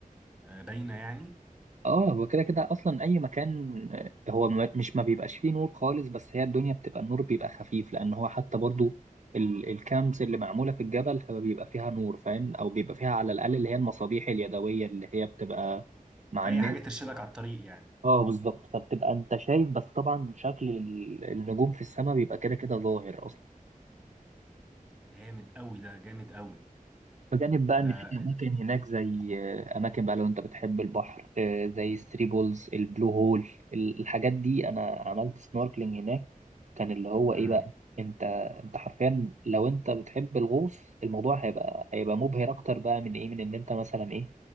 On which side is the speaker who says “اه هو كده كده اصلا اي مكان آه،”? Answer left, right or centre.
Right